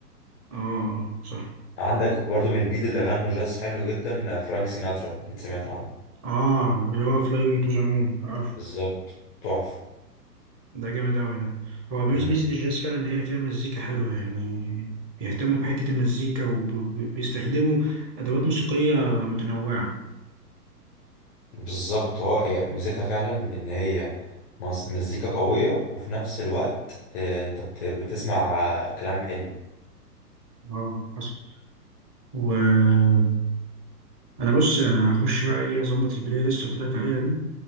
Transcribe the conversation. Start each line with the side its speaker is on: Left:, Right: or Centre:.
Right: اه اه صح
Centre: عندك برضو من البيض اللي غنوا جاز حلو جدا آه، فرانك سيناترا اكيد سمعت عنه
Right: اه اللي هو فلاي مي تو ذا مون عارفه
Centre: بالظبط تحفه
Right: ده جامد أوي ده هو ميز-
Centre: مم.
Right: ميزة الجاز فعلا إن هي فيها مزيكا حلوة يعني بيهتموا بحتة المزيكا وبيستخدموا أدوات موسيقية متنوعة
Centre: بالظبط هو هي ميزتها فعلا ان هي مز- مزيكا قوية وفي نفس الوقت آه، انت بت- بتسمع آه، كلام حلو
Right: اه حصل و أنا بص أنا هخش بقى إيه أظبط البلاي ليست اللي قلت لك عليها دي